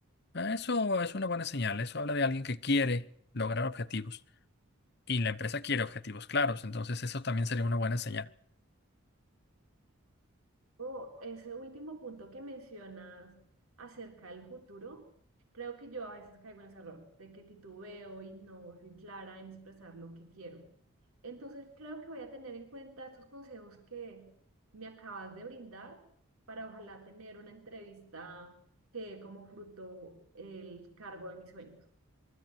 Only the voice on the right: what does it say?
O ese último punto que mencionas acerca del futuro, creo que yo a veces caigo en ese error de que titubeo y no soy clara en expresar lo que quiero. Entonces creo que voy a tener en cuenta estos consejos que me acabas de brindar para ojalá tener una entrevista que dé como fruto el cargo de mis sueños.